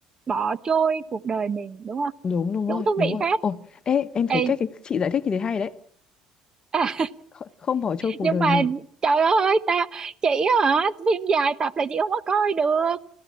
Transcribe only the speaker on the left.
đúng đúng
rồi
đúng
rồi
ồ ê em thấy
cái, cái chị giải thích như thế hay đấy
Kh- không bỏ trôi cuộc
đời
mình